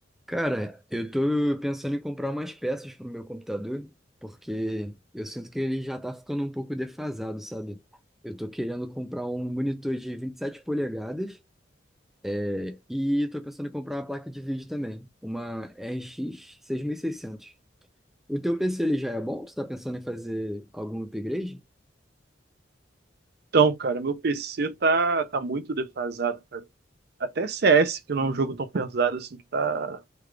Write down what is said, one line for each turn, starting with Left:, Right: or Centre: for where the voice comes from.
Centre: Cara, eu tô pensando em comprar umas peças pro meu computador, porque eu sinto que ele já tá ficando um pouco defasado, sabe? Eu tô querendo comprar um monitor de 27 polegadas é, e tô pensando em comprar uma placa de vídeo também, uma RX seiscentos. O teu PC ele já é bom? Tu tá pensando em fazer algum upgrade?
Right: Então, cara, meu PC tá, tá muito defasado, cara. Até CS, que não é um jogo tão pesado assim, que tá,